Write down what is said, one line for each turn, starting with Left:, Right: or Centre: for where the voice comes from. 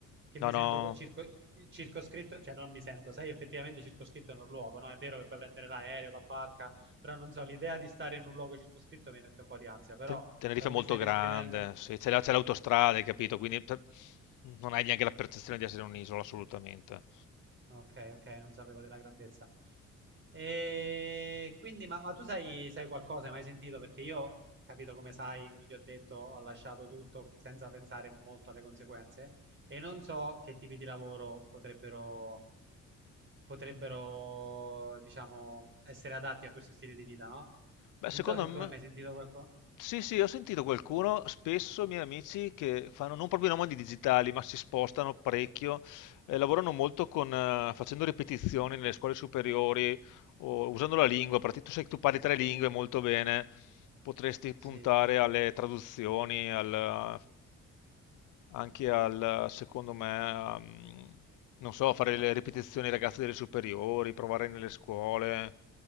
Right: che
Left: no,
Right: mi sento
Left: no,
Right: co- circo- circoscritto, cioè non mi sento, sei effettivamente circoscritto in un luogo, no? È vero che puoi prendere l'aereo, la barca, però non so, l'idea di stare in un luogo circoscritto mi mette un po' di ansia, però
Left: Ten- Tenerife
Right: da come
Left: è molto
Right: stai descrivendo
Left: grande, sì, c'è la- c'è l'autostrada, hai capito, quindi per- non hai neanche la percezione di essere in un'isola, assolutamente.
Right: Ok, ok, non sapevo della grandezza. E quindi, ma, ma tu sai, sai qualcosa, hai mai sentito? Perché io, capito come sai, come ti ho detto, ho lasciato tutto senza pensare molto alle conseguenze e non so che tipi di lavoro potrebbero, potrebbero, diciamo, essere adatti a questo stile di vita, no?
Left: Beh,
Right: Non
Left: secondo
Right: so se
Left: me...
Right: tu hai mai sentito qualcosa.
Left: Sì, sì, ho sentito qualcuno, spesso miei amici che fanno non proprio i nomadi digitali, ma si spostano parecchio, eh, lavorano molto con, eh, facendo ripetizioni nelle scuole superiori o usando la lingua, perché tu sai che tu parli tre lingue molto bene, potresti puntare
Right: Sì.
Left: alle traduzioni, al, anche al, secondo me, a, mm, non so, fare le ripetizioni ai ragazzi delle superiori, provare nelle scuole,